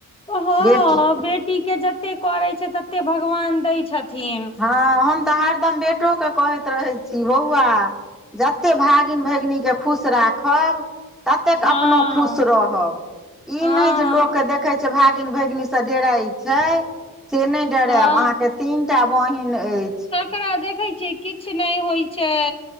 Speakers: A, on the left (about 15°); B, in the centre.
A: ह
B: बेटी
A: बेटी के जते करे छै तते भगवान दैय छथिन।
B: हँ हम तऽ हरदम बेटोके कहैत रहै छी बौआ। जतेक भागिन भगिनीके खुश राखब। ततेक
A: हँ
B: अपनो खुश रहब ई
A: हँ
B: नहि जे लोक के देख। देखें छियेय भागीन भैगनी से डराइ छै से नैय डरैब
A: हँ
B: आहा के तीन। त बहीन अइ।
A: तकरा देखै छियै किछु नहि होइत छै।